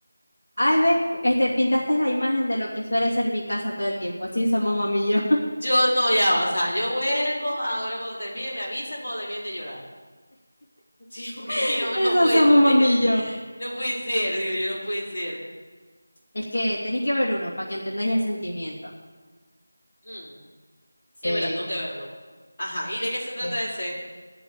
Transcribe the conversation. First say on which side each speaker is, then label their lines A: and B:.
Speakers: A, on the left; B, on the left.
A: Ay, ve, este, pintaste la imagen de lo que suele ser mi casa todo el tiempo. Sí, somos mamillo.
B: Yo no, ya va, o sea, yo vuelvo, ahora cuando termine me avisan cuando terminen de llorar. <laughs> Dios mío,
A: <laughs> Eso
B: no puede
A: somos
B: ser,
A: mamillo.
B: no puede ser, digo, yo no puede ser.
A: Es que tenéis que ver uno para que entendáis el sentimiento.
B: Mm,
A: Sí,
B: es verdad, tengo que verlo. Ajá, ¿y de qué se trata
A: sí.
B: ese?